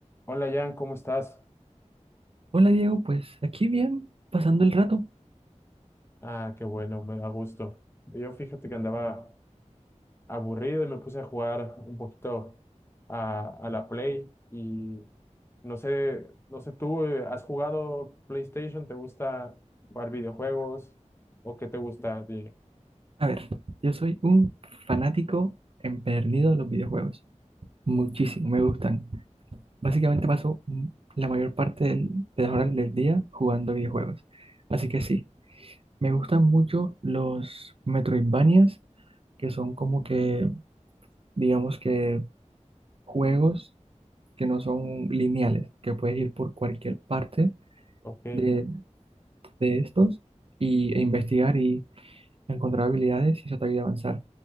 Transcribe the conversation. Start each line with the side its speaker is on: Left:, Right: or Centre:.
Left: Hola Jan, ¿cómo estás?
Right: Hola Diego, pues aquí bien, pasando el rato.
Left: Ah, qué bueno, me da gusto. Yo fíjate que andaba aburrido y me puse a jugar un poquito a, a la Play y no sé, no sé, ¿tú eh, has jugado PlayStation? ¿Te gusta jugar videojuegos? ¿O qué te gusta? de-
Right: A ver, yo soy un fanático empedernido de los videojuegos. Muchísimo, me gustan. Básicamente paso mm, la mayor parte del- de las horas del día jugando videojuegos. Así que sí, me gustan mucho los Metroidvanias, que son como que, digamos que, juegos que no son lineales, que puedes ir por cualquier parte
Left: ok, ¿te,
Right: de, de estos y, e investigar encontrar habilidades y eso te ayuda a avanzar.